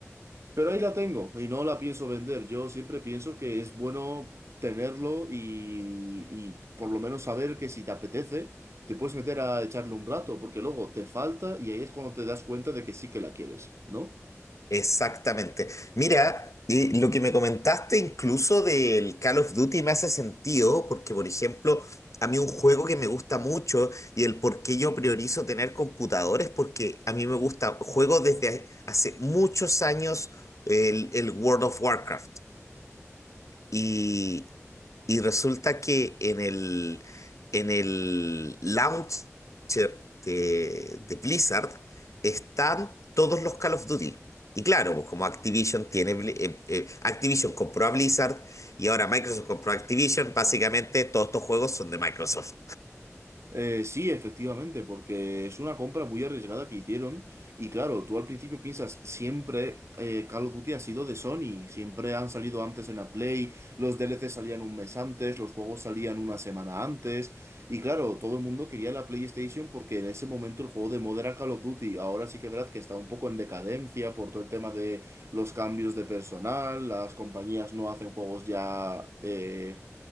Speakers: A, on the right; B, on the left.
A: Pero ahí la tengo y no la pienso vender. Yo siempre pienso que es bueno tenerlo y, y por lo menos saber que si te apetece, te puedes meter a echarle un rato, porque luego te falta y ahí es cuando te das cuenta de que sí que la quieres, ¿no?
B: Exactamente. Mira, y lo que me comentaste incluso del Call of Duty me hace sentido, porque por ejemplo, a mí un juego que me gusta mucho y el por qué yo priorizo tener computadores, porque a mí me gusta, juego desde hace muchos años el, el World of Warcraft. Y, y resulta que en el, en el launcher de, de Blizzard están todos los Call of Duty. Y claro, pues como Activision tiene, Bli- eh, eh, Activision compró a Blizzard y ahora Microsoft compró a Activision, básicamente todos estos juegos son de Microsoft.
A: Eh, sí, efectivamente, porque es una compra muy arriesgada que hicieron y claro, tú al principio piensas, siempre eh, Call of Duty ha sido de Sony, siempre han salido antes en la Play, los DLC salían un mes antes, los juegos salían una semana antes y claro, todo el mundo quería la PlayStation porque en ese momento el juego de moda era Call of Duty, ahora sí que es verdad que está un poco en decadencia por todo el tema de los cambios de personal, las compañías no hacen juegos ya... eh,